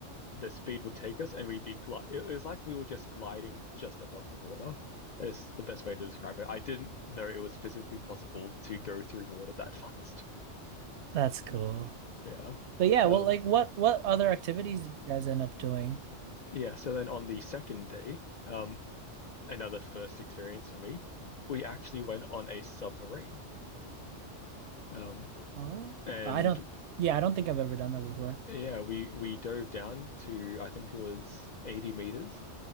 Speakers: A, on the left (about 65°); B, on the right (about 70°).
A: the speed would take us, and we'd be gli it was like we were just gliding just above the water. Is the best way to describe it. I didn't know it was physically possible to go through water that <laughs> fast.
B: That's cool.
A: Yeah.
B: But yeah,
A: Um,
B: well, like what what other activities did you guys end up doing?
A: Yeah, so then on the second day, um, another first experience for me, we actually went on a submarine. Um,
B: Oh,
A: and
B: I don't. Yeah, I don't think I've ever done that before.
A: yeah, we we dove down to I think it was 80 meters,